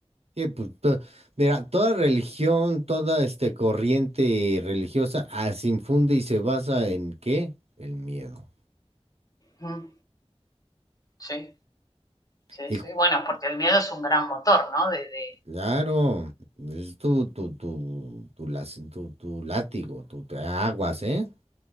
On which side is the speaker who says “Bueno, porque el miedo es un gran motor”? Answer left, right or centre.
Left